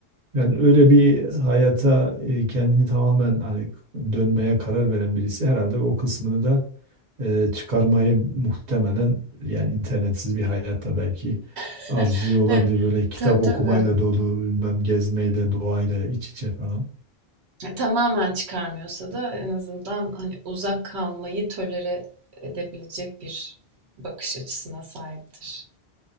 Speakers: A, on the right; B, on the right.
A: Yani öyle bir hayata e, kendini tamamen hani dönmeye karar veren birisi herhalde o kısmını da e, çıkarmayı muhtemelen yani internetsiz bir hayatta belki
B: <laughs>
A: arzuluyor olabilir.
B: Evet,
A: Böyle kitap
B: tabii
A: okumayla
B: tabii.
A: dolu, bilmem gezmeyle, doğayla iç içe falan.
B: E, Tamamen çıkarmıyorsa da en azından hani uzak kalmayı tolere edebilecek bir bakış açısına sahiptir.